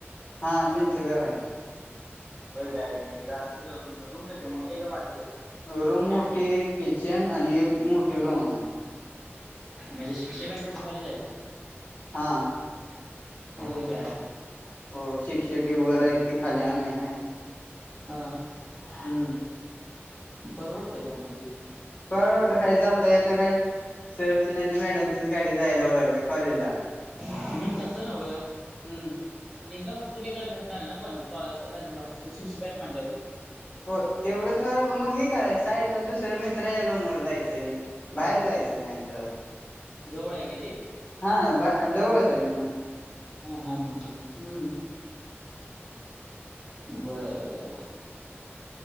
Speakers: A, on the left; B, in the centre.
A: हा त्यांचं घर हाय.
B: हो काय? म्हणजे झालं सगळं. रूम कशी मोठी हाय का बारकी हाय?
A: रूम मोठी. एक किचन आणि एक मोठी रूम हाय.
B: म्हणजे शिक्षकांच्या येच्या खाली जायच?
A: हा.
B: होय काय?
A: हो शिक्षक हे वर हायती. खाली आम्ही हाय.
B: ह.
A: हम्म.
B: परवडतेय का म ते.
A: परवडत काही जाता येत काय. सरची नाही त मॅडमचीच गाडी जायला व कॉलेजला.
B: हम्म तसं नव्ह.
A: हम्म.
B: धिंगा मस्ती काय कराय भेटणार नाही ना पण. प शिक्षक आहेत म्हटल्यावर.
A: हो तेवढं थोडं मग हि करायचं. साईटला दुसऱ्या मित्रांच्या रूम वर जायचं हे. बाहेर जायचं नाही त,
B: जवळ आहे काय ते?
A: हा बा जवळच हाय तिथून.
B: हा हा हम्म हम्म.
A: हम्म.
B: बरं बरं.